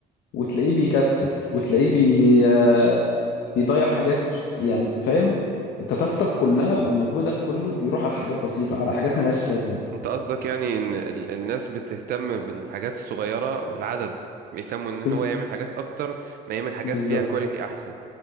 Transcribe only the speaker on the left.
وتلاقيه بيكسل وتلاقيه بي آه بيضيع حاجات يعني فاهم انت طاقتك كلها ومجهودك كله بيروح على حاجات بسيطة على حاجات ملهاش لازمة
بز...
بالظبط